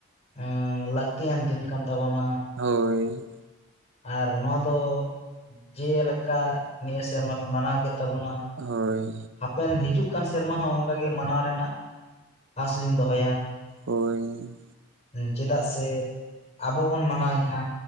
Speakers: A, on the left; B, on the right.
A: ᱮᱸ ᱞᱟᱹᱠᱛᱤᱭᱟᱱ ᱫᱤᱱ ᱠᱟᱱ ᱛᱟᱵᱚᱱᱟ᱾
B: ᱦᱳᱭ
A: ᱟᱨ ᱱᱚᱣᱟ ᱫᱚ ᱡᱮᱞᱮᱠᱟ ᱱᱤᱭᱟᱹ ᱥᱮᱨᱢᱟ ᱯᱮ ᱢᱟᱱᱟᱣ ᱠᱮᱫ ᱛᱟᱵᱚᱱᱟ
B: ᱦᱳᱭ
A: ᱦᱟᱯᱮᱱ ᱦᱤᱡᱩᱜ ᱠᱟᱱ ᱥᱮᱨᱢᱟ ᱦᱚᱸ ᱚᱱᱠᱟᱜ ᱜᱮ ᱢᱟᱱᱟᱣ ᱨᱮᱱᱟᱜ ᱟᱥ ᱞᱤᱧ ᱫᱚᱦᱚᱭᱟ᱾
B: ᱦᱳᱭ
A: ᱪᱮᱫᱟᱜ ᱥᱮ ᱟᱵᱚ ᱵᱚᱱ ᱢᱟᱱᱟᱣᱮᱜᱼᱟ